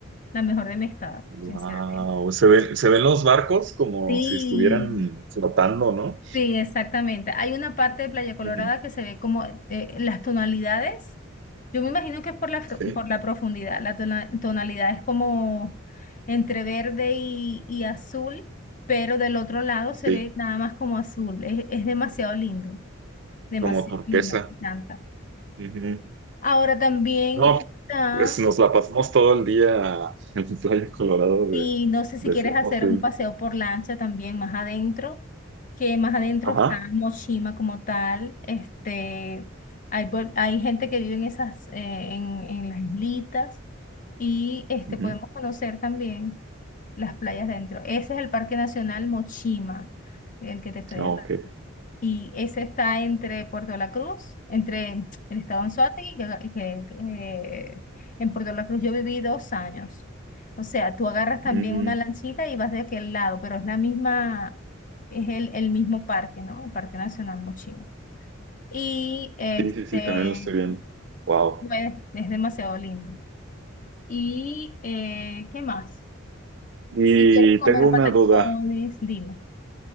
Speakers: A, on the left; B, on the right.
A: la mejor de mi estado,
B: Wow,
A: sinceramente.
B: se ven, se ven los barcos como
A: Sí.
B: si estuvieran flotando, ¿no?
A: Sí, exactamente. Hay una parte de Playa Colorada
B: Ujú.
A: que se ve como eh, las tonalidades. Yo me imagino que es por la, fro-
B: Sí,
A: por la profundidad. La tona- tonalidad es como entre verde y, y azul, pero del otro lado
B: sí,
A: se ve nada más como azul. Es, es demasiado lindo, demasiado
B: como turquesa.
A: lindo, me encanta.
B: Ujú.
A: Ahora también
B: No,
A: está
B: pues nos la pasamos todo el día <laughs> en la playa Colorado
A: Y
B: de,
A: no sé si
B: de
A: quieres
B: ser
A: hacer
B: posible.
A: un paseo por lancha también más adentro, que más adentro
B: Ajá.
A: está Moshima como tal. Este, hay, pue- hay gente que vive en esas, eh, en, en las islitas y este,
B: Ujú.
A: podemos conocer también las playas dentro. Ese es el Parque Nacional Mochima, el que te estoy
B: No,
A: hablando
B: ok.
A: y ese está entre Puerto de la Cruz, entre el estado Anzoátegui, que, que, eh, en Puerto de la Cruz yo viví dos años. O sea, tú agarras también
B: Ujú.
A: una lanchita y vas de aquel lado, pero es la misma, es el, el mismo parque, ¿no? El Parque Nacional Mochima. Y este,
B: Sí, sí, sí, también lo estoy viendo. Wow.
A: pues, es demasiado lindo. ¿Y eh, qué más?
B: Y
A: Si quieres comer
B: tengo una
A: patacones,
B: duda.
A: dime.